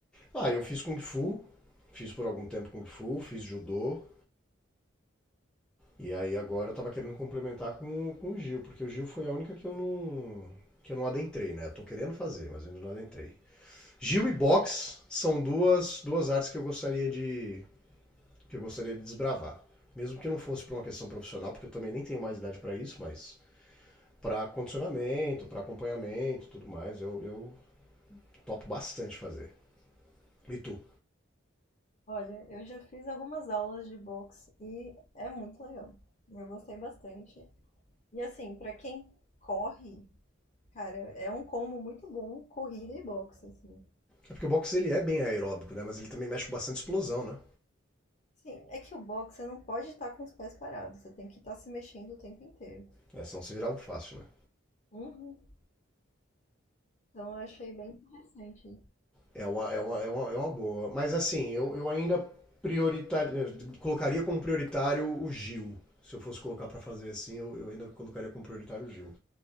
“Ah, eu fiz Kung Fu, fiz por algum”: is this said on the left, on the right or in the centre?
Centre